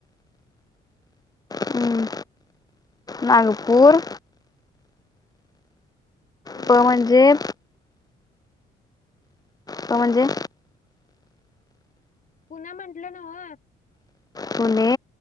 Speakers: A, on the left (about 20°); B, on the left (about 40°).
A: हम्म, नागपूर
B: पुणा
A: प म्हणजे पा म्हजे
B: पुन्हा म्हंटलं नव
A: पुणे